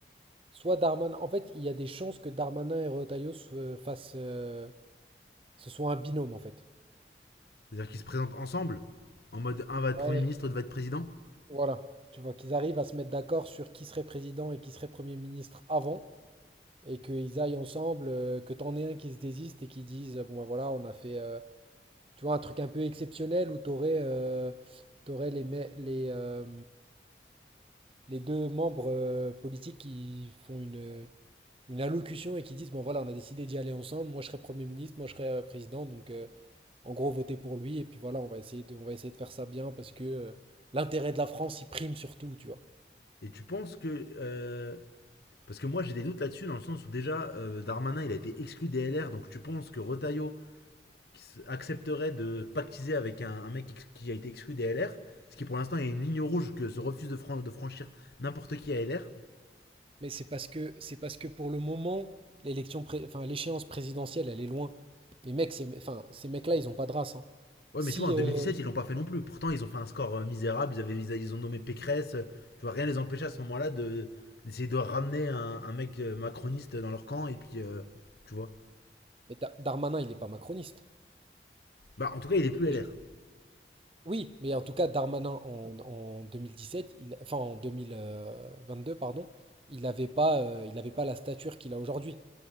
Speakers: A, on the right; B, on the left.
A: Soit Darmanin. En fait, il y a des chances que Darmanin et Retailleau se fassent. euh, ce soit un binôme, en fait.
B: C'est-à-dire qu'ils se présentent ensemble en mode un va être
A: Ouais,
B: Premier ministre, l'autre va être président
A: voilà. Tu vois, qu'ils arrivent à se mettre d'accord sur qui serait président et qui serait Premier ministre avant, et qu'ils aillent ensemble, euh, que t'en aies un qui se désiste et qui dise, bon, ben voilà, on a fait. euh, Tu vois, un truc un peu exceptionnel où tu aurais, les, me- les, euh, les deux membres euh, politiques qui font une, une allocution et qui disent, bon voilà, on a décidé d'y aller ensemble, moi je serai Premier ministre, moi je serai euh, président, donc euh, en gros votez pour lui, et puis voilà, on va essayer de, on va essayer de faire ça bien parce que euh, l'intérêt de la France, il prime surtout, tu vois.
B: Et tu penses que... euh, parce que moi j'ai des doutes là-dessus dans le sens où déjà euh, Darmanin il a été exclu des LR, donc tu penses que Retailleau qui accepterait de pactiser avec un, un mec qui, a été exclu des LR, ce qui pour l'instant est une ligne rouge que se refuse de, fran- de franchir n'importe qui à LR.
A: Mais c'est parce que c'est parce que pour le moment, l'élection pré- enfin l'échéance présidentielle, elle est loin. Mais mec, ces, enfin, ces mecs-là, ils ont pas de race. hein.
B: Ouais,
A: Si
B: mais tu vois, en 2017,
A: euh,
B: ils l'ont pas fait non plus. Pourtant, ils ont fait un score euh, misérable, ils, avaient, ils, ils ont nommé Pécresse, euh, tu vois, rien les empêchait à ce moment-là de, d'essayer de de ramener un, un mec euh, macroniste dans leur camp, et puis, euh, tu vois.
A: mais Da- Darmanin, il n'est pas macroniste.
B: Bah, en tout cas, il est plus LR.
A: Et je- Oui, mais en tout cas, Darmanin en, en 2017, il- enfin en 2022, pardon, il n'avait pas, euh, il avait pas la stature qu'il a aujourd'hui.